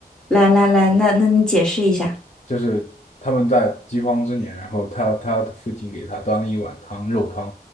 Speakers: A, in the centre; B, on the left.
A: 来来来，那那你解释一下。
B: 就是他们在饥荒之年，然后他他的父亲给他端了一碗汤，肉汤，